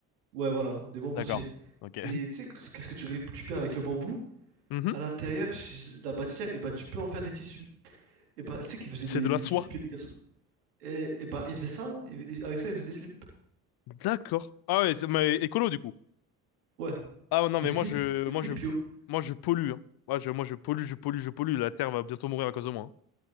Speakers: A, on the right; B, on the left.
A: Ouais, voilà, des bamboutiers.
B: D'accord. Ok. <laughs>
A: Et tu sais, que- qu'est-ce que tu récupères avec le bambou?
B: Mhm.
A: À l'intérieur, ch- la matière, et bah, tu peux en faire des tissus. Et bah, tu sais qu'ils faisaient
B: C'est
A: des,
B: de la
A: des
B: soie.
A: slips et des caleçons. Et, et bah, ils faisaient ça, ils- ils- avec ça, ils faisaient des slips.
B: D'accord. Ah ouais, c'est- mais écolo du coup.
A: Ouais,
B: Ah ouais, non,
A: des
B: mais
A: slips,
B: moi je,
A: des
B: moi
A: slips
B: je,
A: bio.
B: moi je pollue. hein. Moi je, moi je pollue, je pollue, je pollue. La Terre va bientôt mourir à cause de moi. hein.